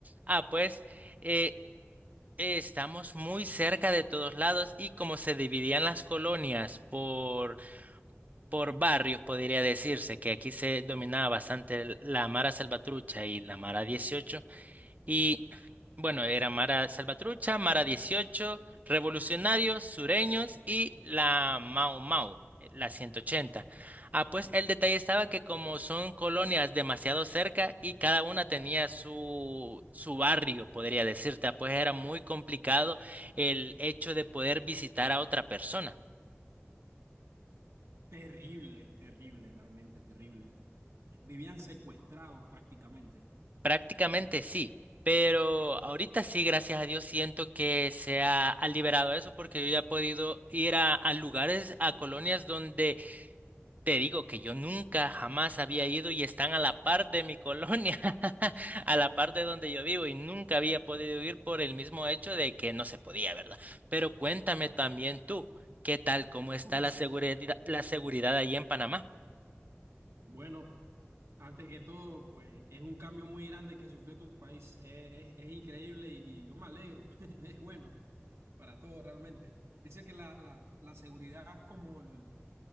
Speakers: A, on the right (about 35°); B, on the right (about 75°).
A: Ah, pues... eh, eh, Estamos muy cerca de todos lados y como se dividían las colonias por, por barrios, podría decirse que aquí se dominaba bastante el- la Mara Salvatrucha y la Mara 18, y bueno, era Mara Salvatrucha, Mara 18 Revolucionarios, Sureños y la Mau Mau, la ciento ochenta Ah, pues el detalle estaba que como son colonias demasiado cerca y cada una tenía su, su barrio, podría decirte, ah, pues era muy complicado el hecho de poder visitar a otra persona.
B: Terrible, terrible, realmente terrible. Vivían secuestrados prácticamente.
A: Prácticamente sí, pero ahorita sí, gracias a Dios, siento que se ha, ha liberado eso porque yo ya he podido ir a, a lugares, a colonias donde te digo que yo nunca, jamás había ido y están a la par de mi colonia, <laughs> a la par de donde yo vivo y nunca había podido ir por el mismo hecho de que no se podía, ¿verdad? Pero cuéntame también tú, ¿qué tal? ¿Cómo está
B: <laughs>
A: la seguridad, la seguridad ahí en Panamá?
B: Bueno, Antes que todo, pues es un cambio muy grande que sufrió tu país. Eh, Es, es increíble y, y yo me alegro. <laughs> Es bueno para todo realmente. Dice que la, la, la seguridad es como el-